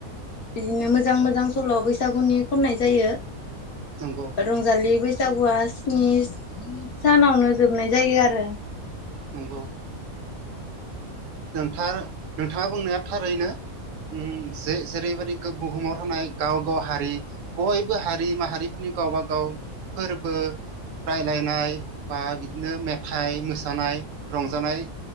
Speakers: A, on the left; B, on the right.
A: बिदिनो मोजां मोजां सल' बैसागोनि खननाय जायो
B: नोंगौ
A: रंजालि बैसागोआ स्नि सानावनो जोबनाय जायो आरो
B: नंगौ थार नोंथाङा बुंनाया थारैनो <unintelligible> ओ जे जेरैबायदि बुहुमाव थानाय गाव गाव हारि बयबो हारि माहारिफोरनि गावब गाव फोरबो राय्लायनाय बा बिदिनो मेथाइ मोसानाय रंजानाय